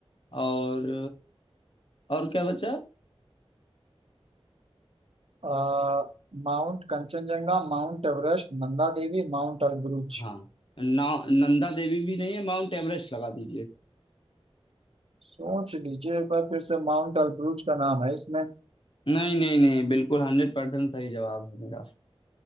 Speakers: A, on the left; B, on the right.
A: और और क्या बचा
B: अ, Mount Kanchenjunga Mount Everest Nanda Devi Mount Elbrus
A: हाँ नौ नंदा देवी भी नहीं है माउंट एवरेस्ट लगा दीजिए
B: सोच लीजिए एक बार फिर से माउंट एलब्रूज का नाम है इसमें
A: नहीं नहीं नहीं बिल्कुल हंड्रेड परसेंट सही जवाब है मेरा